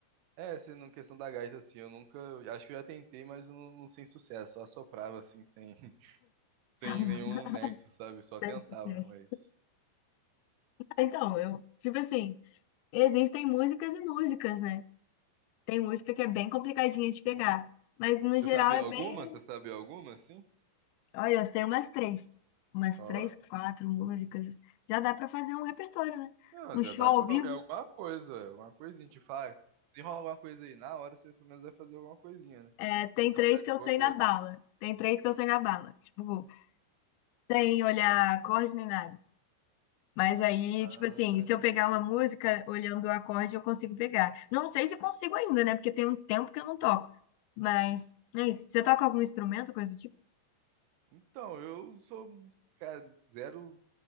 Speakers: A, on the right; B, on the left.
A: É, assim, na questão da gaita, assim, eu nunca. Acho que eu já tentei, mas eu não, não sem sucesso. Só assoprava, assim, sem. sem
B: <laughs>
A: nenhum nexo, sabe? Só
B: então
A: tentava,
B: é sucesso.
A: mas.
B: Ah, Então, eu, tipo assim, existem músicas e músicas, né? Tem música que é bem complicadinha de pegar, mas no
A: Você
B: geral
A: sabe
B: é
A: alguma?
B: bem.
A: Você sabe alguma, assim?
B: Olha, eu sei umas três, umas
A: Ó,
B: três, quatro músicas. Já dá pra fazer um repertório, né?
A: não,
B: Um
A: já
B: show
A: dá
B: ao
A: pra.
B: vivo,
A: É alguma coisa, é alguma coisinha. Tipo, ah, se rola alguma coisa aí, na hora você pelo menos vai fazer alguma coisinha, né?
B: é, tem
A: Vai
B: três
A: ficar
B: que
A: de
B: eu
A: bobeira.
B: sei na bala. Tem três que eu sei na bala. Tipo, sem olhar acorde nem nada. Mas aí,
A: Ah,
B: tipo assim, se
A: entendi.
B: eu pegar uma música olhando o acorde, eu consigo pegar. Não sei se consigo ainda, né? Porque tem um tempo que eu não toco. Mas é isso. Você toca algum instrumento, coisa do tipo?
A: Então, eu sou, cara, zero.